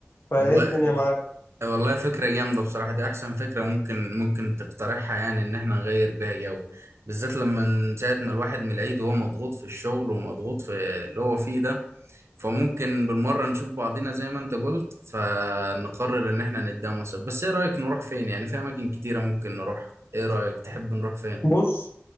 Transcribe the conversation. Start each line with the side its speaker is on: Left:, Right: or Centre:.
Left: فايه
Right: والله
Left: الدنيا معاك
Right: والله فكرة جامدة بصراحة دي أحسن فكرة ممكن ممكن تقترحها يعني إن إحنا نغير بيها جو بالذات لما من ساعة ما الواحد من العيد وهو مضغوط في الشغل ومضغوط في اللي هو فيه ده فممكن بالمرة نشوف بعضينا زي ما أنت قلت فنقرر إن إحنا نتداوم سوا بس إيه رأيك نروح فين يعني في أماكن كتيرة ممكن نروح إيه رأيك تحب نروح فين؟
Left: بص